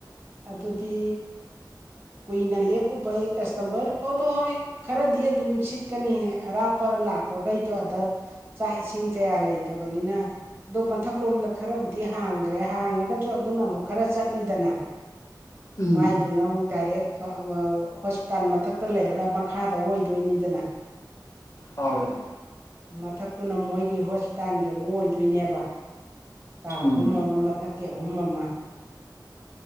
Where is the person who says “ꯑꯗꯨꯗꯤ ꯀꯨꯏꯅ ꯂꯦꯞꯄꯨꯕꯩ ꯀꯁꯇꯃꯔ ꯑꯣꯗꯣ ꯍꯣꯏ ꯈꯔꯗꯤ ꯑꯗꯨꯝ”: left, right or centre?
Right